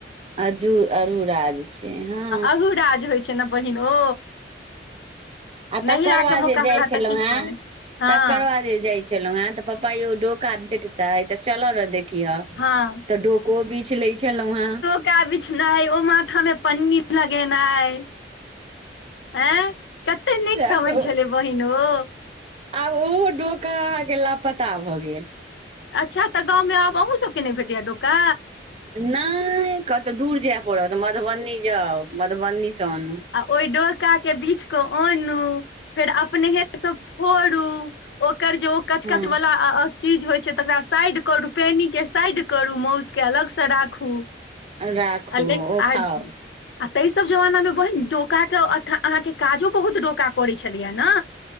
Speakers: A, on the right (about 35°); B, on the left (about 70°).
A: अजु अजुराज छै, हँ
B: अहूराज होइ छै ना बहिन ओ
A: आ
B: नैहरा
A: तकर बाद
B: के मोकाबला
A: जे जाइ छलहुँहें,
B: तऽ किछो नहि हँ
A: तकर बाद जे जाइ छलहु हें तऽ पप्पा यौ डोका भेटतै? तऽ चलऽ ने देखिह
B: हँ
A: तऽ डोको बीछि लैत छलौं हेँ
B: टा <unintelligible> बिछनाइ ओ माथामे पन्नी लगेनाइ ऐं कते नीक
A: सएह
B: समय
A: कहू
B: छलै बहिन ओ!
A: आब ओहो डोका अहाँके लापता भऽ गेल
B: अच्छा तऽ गाँवमे आब अहूँ सबके नहि भेटैया डोका?
A: नहि कतहु दूर जाय पड़त मधुबनी जाउ, मधुबनीसँ आनू
B: आ ओहि डोका के बीछि कऽ आनू फेर अपनेहेसॅं फोड़ू, ओकर जे ओ कच-कचवला
A: हँ
B: चीज होइ छै तकरा साइड करू, पेनीके साइड करू माउसके अलगसॅं राखू
A: राखू
B: आक
A: ओ खाउ
B: आ ता सब जमानामे बत <unintelligible> डोकाके अहाँके काजो बहुत डोका करै छलियया ने!